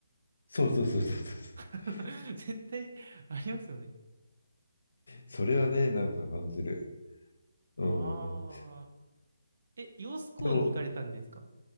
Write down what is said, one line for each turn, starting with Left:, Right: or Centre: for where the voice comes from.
Left: そうそうそうそうそう。
Right: <laughs> 絶対ありますよね。
Left: それはね、なんか感じる。うん。
Right: ああ。え、揚子江に行かれたんですか
Left: でも、